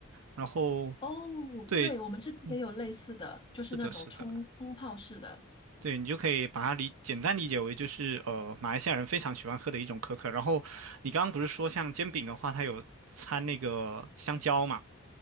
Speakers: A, on the right (about 80°); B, on the left (about 20°).
A: 然后
B: 哦，
A: 对，
B: 对，我们这边也有类似的，
A: 嗯，
B: 就是那种冲冲泡式的。
A: 是的，是的。对，你就可以把它理简单理解为就是呃，马来西亚人非常喜欢喝的一种可可。然后你刚刚不是说像煎饼的话，它有掺那个香蕉嘛，